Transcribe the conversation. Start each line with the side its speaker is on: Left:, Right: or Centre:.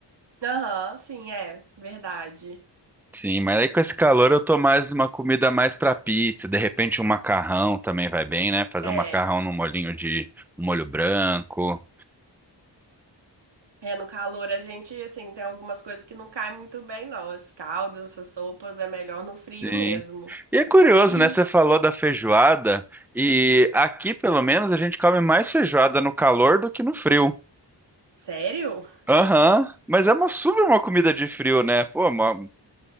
Right: Aham, sim, é, verdade.
Centre: Sim, mas aí com esse calor eu tô mais uma comida mais pra pizza, de repente um macarrão também vai bem, né? Fazer
Right: É,
Centre: um macarrão num molhinho de um molho branco.
Right: é, no calor a gente, assim, tem algumas coisas que não caem muito bem, não. Esse caldo, essas sopas, é melhor no frio
Centre: Sim.
Right: mesmo.
Centre: E é curioso,
Right: E,
Centre: né? Você falou da feijoada e aqui, pelo menos, a gente come mais feijoada no calor do que no frio.
Right: sério?
Centre: Aham, mas é uma super uma comida de frio, né? Pô, uma,